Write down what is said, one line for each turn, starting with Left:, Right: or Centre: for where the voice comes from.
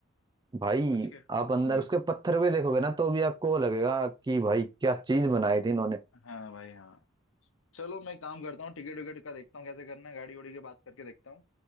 Right: भाई
Left: सोच के हम्म
Right: आप अंदर उसके पत्थर भी देखोगे ना तो भी आपको वो लगेगा कि भाई क्या चीज बनाई थी इन्होंने
Left: हाँ भाई हाँ चलो मैं काम करता हूँ टिकट विकेट का देखता हूँ कैसे करना है गाड़ी उड़ी के बात करके देखता हूँ